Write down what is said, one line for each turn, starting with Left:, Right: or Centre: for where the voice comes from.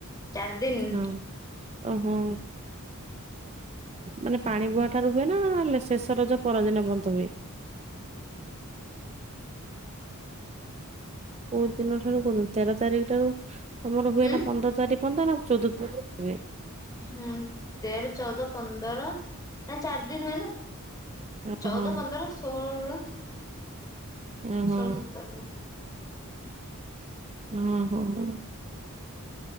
Left: ଚାରି ଦିନି।
Right: ହଁ ଓହୋ। ମାନେ ପାଣି ବୁହା ଠାରୁ ହୁଏ ନା ଶେଷ ରଜ ଯୋଉ ପରଦିନ ବନ୍ଦ ହୁଏ? କୋଉ ଦିନ ଠାରୁ କୁହନ୍ତୁ ତେର ତାରିଖ ଠାରୁ ତମର ହୁଏ
Left: ହୁଁ
Right: ନା ପନ୍ଦର ତାରିଖ। ପନ୍ଦର ଆଉ ଚଉଦ <unintelligible> ହୁଏ।
Left: ହୁଁ ତେର ଚଉଦ ପନ୍ଦର ନା ଚାରି ଦିନ ହୁଏ ନା।
Right: ଓହୋ
Left: ଚଉଦ, ପନ୍ଦର, ଷୋହଳ,
Right: ଓହୋ
Left: ଷୋହଳ ସତର ଯାଏ।
Right: ହୁଁ ହୋଁ ହୁଁ।